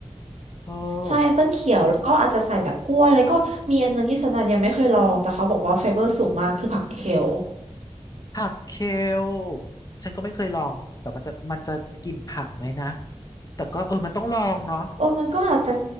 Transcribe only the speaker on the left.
เออ
ผักเคลฉันก็ไม่เคยลอง แต่มันจะมันจะกลิ่นผักไหมนะ แต่ก็เออมันต้องลองเนาะ